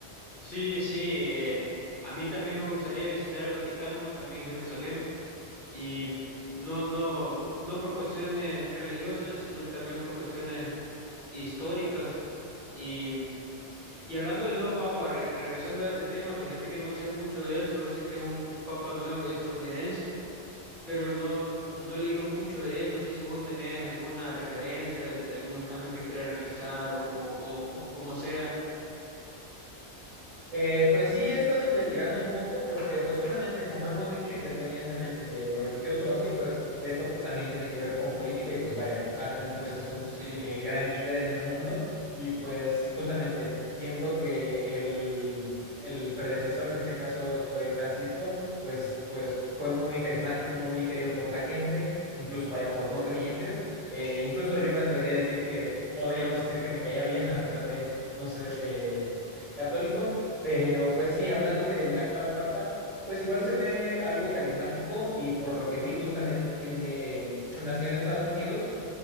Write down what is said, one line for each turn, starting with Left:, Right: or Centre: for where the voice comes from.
Centre: Sí, sí, eh, a mí también me gustaría visitar el Vaticano, también Jerusalén y no, no, no por cuestiones religiosas, sino que también por cuestiones históricas. Y, y hablando del nuevo Papa, re- regresando a este tema, fíjate que no sé mucho de él, solo sé que es un, un Papa nuevo estadounidense pero no, no he leído mucho de él. No sé si vos tenés alguna referencia de, de algunos cambios que quiere realizar o, o, o, o como sea.
Right: Eh, pues sí, he estado investigando un poco porque, pues justamente, como hemos dicho, independientemente de lo religioso o así, pues esto también tiene que ver con política y pues vaya, al final de cuentas es un
Centre: Sí,
Right: eh, gran líder en el mundo y pues justamente siento que el, el predecesor, en este caso fue Francisco, pues, pues fue muy carismático, muy querido por la gente, incluso vaya por no creyentes, Eh, incluso yo me atrevería a decir que podríamos decir que me caía bien a pesar de no ser... eh, católico, pero pues sí, hablando del actual Papa, pues igual se ve algo carismático y por lo que vi justamente tiene, nació en Estados Unidos